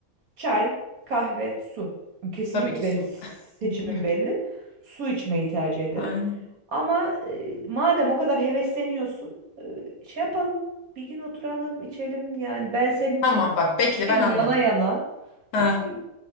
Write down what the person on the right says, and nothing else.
Çay, kahve, su. Kesinlikle
benim
seçimim
belli. Su içmeyi tercih ederim.
Ama e, madem o kadar hevesleniyorsun, şey yapalım. Bir gün oturalım, içelim. Yani ben senin için
dilim
yana yana
içeyim.